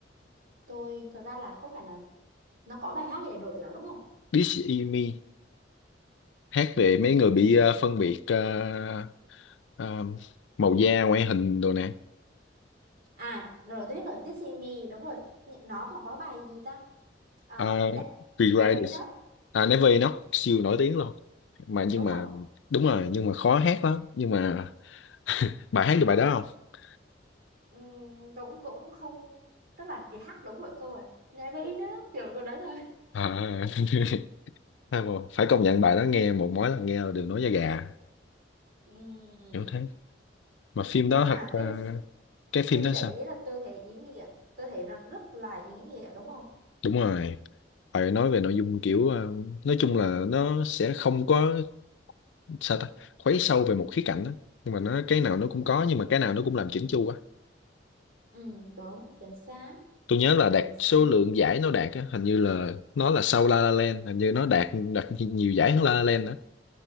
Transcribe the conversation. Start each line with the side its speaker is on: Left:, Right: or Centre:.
Right: tôi thật ra là có phải là nó có bài hát gì để nổi tiếng lắm đúng không
Left: This Is Me hát về
Right: Ừm.
Left: mấy người bị ờ, phân biệt ờ, ờ, màu da ngoại hình đồ nè
Right: à rồi tôi biết rồi This Is Me đúng rồi Nh- nó còn có bài gì ta um,
Left: uh,
Right: ne
Left: Riders
Right: Never Enough
Left: à, Never Enough siêu nổi tiếng luôn mà nhưng
Right: đúng
Left: mà
Right: không
Left: đúng rồi nhưng mà khó hát lắm nhưng mà bà hát được bài đó không
Right: Ừm, cũng cũng không tức là thì hát đúng rồi câu rồi Never Enough kiểu câu đấy thôi
Left: à, <laughs> hay mà, phải công nhận bài đó nghe một mỗi lần nghe là đều nói da gà
Right: Ừm.
Left: kiểu thế mà phim
Right: nhưng
Left: đó
Right: mà
Left: thật ờ,
Right: cái ph-
Left: cái
Right: phim
Left: phim đó
Right: đấy
Left: sao
Right: là tôi thấy ý nghĩa tôi thấy nó rất là ý nghĩa đúng không
Left: đúng rồi phải nói về nội dung kiểu ờ, nói chung là nó sẽ không có sao ta khuấy sâu về một khía cạnh đó nhưng mà nó cái nào
Right: Ừm.
Left: nó cũng có nhưng mà cái nào nó cũng làm chỉnh chu quá
Right: ừ đúng chính xác
Left: tôi nhớ là đạt
Right: chính xác
Left: số lượng giải nó đạt á hình như là nó là sau La La Land hình như nó đạt đạt nhi- nhiều giải hơn La La Land đó